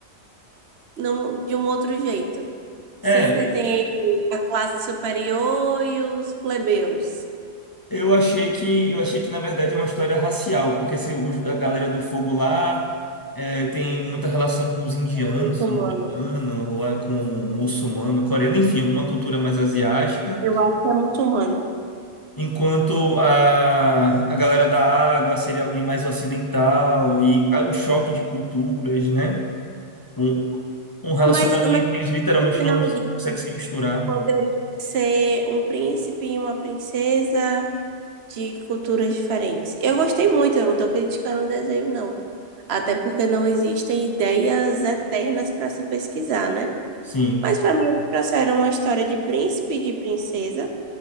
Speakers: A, on the right; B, on the left.
A: num- de um outro jeito. Sempre
B: É,
A: tem a classe superior e os plebeus,
B: Eu achei que, eu achei que na verdade é uma história racial, porque se os- a galera do fogo lá é, tem muita relação com os indianos,
A: o muçulmano.
B: se eu não me engano, ou é com o muçulmano, coreano, enfim, alguma cultura mais asiática.
A: Eu acho que é muçulmano.
B: Enquanto a, a galera da água seria alguém mais ocidental e ah, o choque de culturas, né? Um, um relacionamento
A: Mas, mas
B: que eles literalmente
A: imaginar
B: não
A: isso,
B: conseguem se misturar.
A: poderia ser um príncipe e uma princesa de culturas diferentes. Eu gostei muito, eu não estou criticando o desenho, não. Até porque não existem ideias eternas para se pesquisar, né?
B: Sim,
A: Mas para mim, trouxeram uma história de príncipe e de princesa.